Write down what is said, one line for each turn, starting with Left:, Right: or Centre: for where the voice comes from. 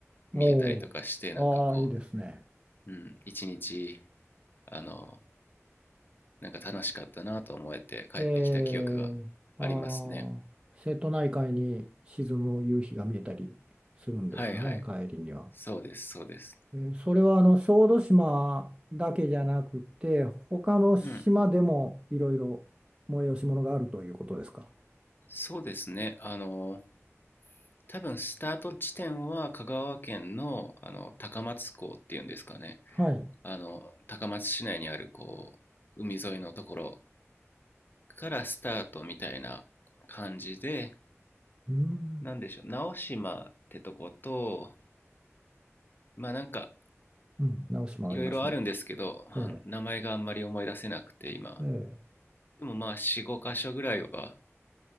Left: 見えたりとかしてなんかこ
Right: おー。ああ、いいですね。
Left: う、うん、一日あのなんか楽しかったなと思えて帰ってきた記憶がありますね。
Right: えーああ、瀬戸内海に沈む夕日が見えたりするんですかね、
Left: はいはい。
Right: 帰りには。
Left: そうです、そうです。
Right: えーそれはあの小豆島だけじゃなくて他の島でもいろいろ催し物があるということですか。
Left: うん。そうですね。あの、多分スタート地点は香川県の、あの高松港っていうんですかね。
Right: はい。
Left: あの、高松市内にあるこう、海沿いのところからスタートみたいな感じで、
Right: うん、
Left: なんでしょう、直島ってとこと、まあなんか
Right: うん、直島ありますね。
Left: いろいろあるんですけど、あ名前があんまり思い出せなくて今。
Right: ええ、え
Left: でもまあ4、5箇所ぐらいは